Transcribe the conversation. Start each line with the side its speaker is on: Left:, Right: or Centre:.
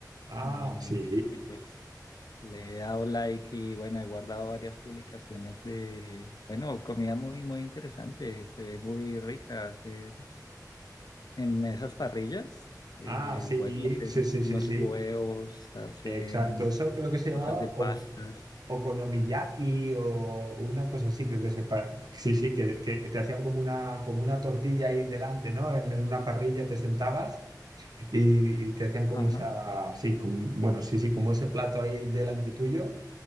Right: Ah,
Left: Eh,
Right: sí.
Left: y pues Le he dado like y bueno, he guardado varias publicaciones de, bueno, comida muy, muy interesante, se ve muy rica, hacen en esas parrillas, eh,
Right: Ah, sí,
Left: bueno, hacen
Right: sí, sí,
Left: unos
Right: sí, sí.
Left: huevos, hacen
Right: Exacto. Eso creo que se llamaba
Left: cosas de pastas.
Right: o- okonomiyaki o una cosa así, creo que se pa- Sí, sí, que, que te hacían como una, como una tortilla ahí delante, ¿no? En, en una parrilla te sentabas y, y te hacían como
Left: Ajá.
Right: esa, sí, como- bueno, sí, sí, como ese plato ahí delante tuyo.